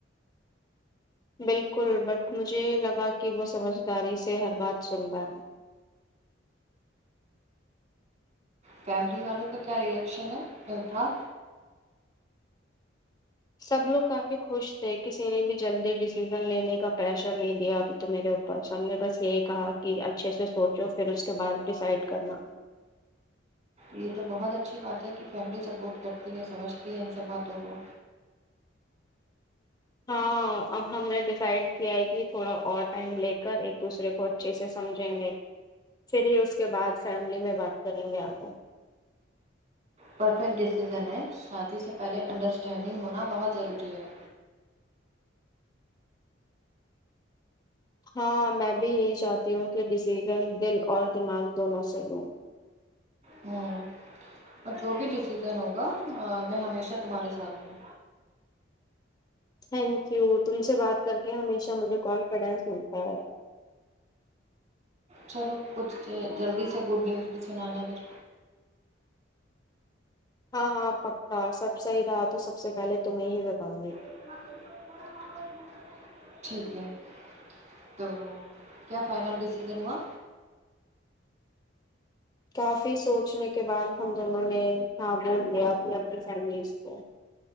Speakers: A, on the left (about 20°); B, on the right (about 40°).
A: بالکل بٹ مجھے لگا کی وہ سمجھداری سے ہر بات سن تا ہے
B: فیملی والوں کا کیا ریئیکشن ہے تھا
A: سب لوگ کافی خوش تھے کسی نے بھی جلدی ڈیسیزن لینے کا پریشر نہیں دیا ابھی تو میرے اوپر پر سب نے بس یہی کہا کی اچھے سے سوچو پھر اس کے بعد ڈیسائڈ کرنا
B: یے تو بہت اچھی بات ہے کی فیملی سپورٹ کرتی ہے سمجھتی ہے ان سب باتوں کو
A: ہاں اب ہم نے ڈیسائڈ کیا ہے کی تھوڑا اور ٹائم لے کر ایک دوسرے کو اچھے سے سمجھیں گے پھر ہی اس کے بعد فیملی میں بات کریں گے آگے
B: پرفیکٹ ڈسیزن ہے شادی سے پہلے انڈرسٹینڈنگ ہونا بہت ضروری ہے
A: ہاں میں بھی یہی چاہتی ہوں کی ڈسیزن دل اور دماغ دونوں سے لوں
B: ہمم اور جو بھی ڈسیزن ہوگا میں ہمیشہ تمہارے ساتھ ہوں
A: تھینک یو تم سے بات کر کے ہمیشہ مجھے کانفیڈینس ملتا ہے
B: چلو کچھ جلدی سے گڈ نیوز بھی سنانا پھر
A: ہاں ہاں پکا سب صحیح رہا تو سب سے پہلے تمیں ہی بتاؤں گی
B: <inaudible> ٹھیک ہے تو کیا فائنل ڈسیژن ہوا
A: کافی سوچنے کے بعد ہم دونوں نے ہاں بول دیا اپنے اپنی فیملیز کو